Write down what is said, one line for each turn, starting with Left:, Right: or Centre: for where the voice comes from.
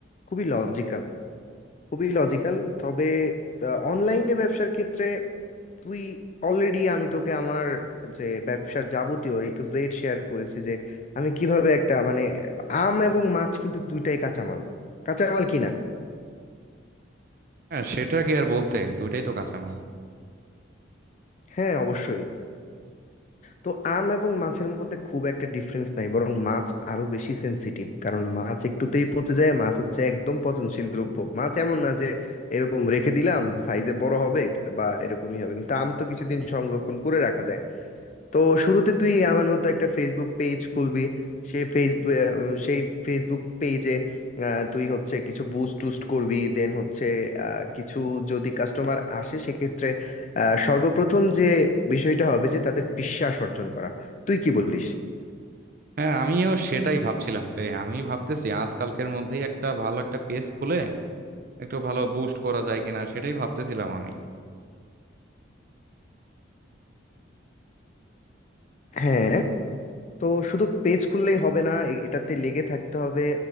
Left: খুবই লজিক্যাল খুবই লজিক্যাল তবে অনলাইনে ব্যবসার ক্ষেত্রে তুই অলরেডি আমি তোকে আমার যে ব্যবসার যাবতীয় এ টু জেড শেয়ার করেছি যে আমি কিভাবে একটা মানে আম এবং মাছ কিন্তু দুইটাই কাঁচামাল কাঁচামাল কিনা
Right: হ্যাঁ সেটা কি আর বলতে দুইটাই তো কাঁচামাল
Left: হ্যাঁ অবশ্যই তো আম এবং মাছের মধ্যে খুব একটা ডিফারেন্স নাই বরং মাছ আরো বেশি সেনসিটিভ কারণ মাছ একটুতেই পচে যায় মাছ হচ্ছে একদম পচনশীল দ্রব্য মাছ এমন না যে এরকম রেখে দিলাম সাইজে বড় হবে বা এরকমই হবে কিন্তু আম তো কিছুদিন সংরক্ষণ করে রাখা যায় তো শুরুতে তুই আমার মতো একটা ফেসবুক পেজ খুলবি সেই ফেসবুক সেই ফেসবুক পেজে তুই হচ্ছে কিছু বুস্ট টুস্ট করবি দেন হচ্ছে আহ, কিছু যদি কাস্টমার আসে সেক্ষেত্রে আহ, সর্বপ্রথম যে বিষয়টা হবে যে তাদের বিশ্বাস অর্জন করা তুই কি বলিস
Right: হ্যাঁ আমিও সেটাই ভাবছিলাম রে আমি ভাবতেছি আজকালকের মধ্যেই একটা ভালো একটা পেজ খুলে একটু ভালো বুস্ট করা যায় কিনা সেটাই ভাবতেছিলাম আমি
Left: হ্যাঁ তো শুধু পেজ খুললেই হবে না এ- এটাতে লেগে থাকতে হবে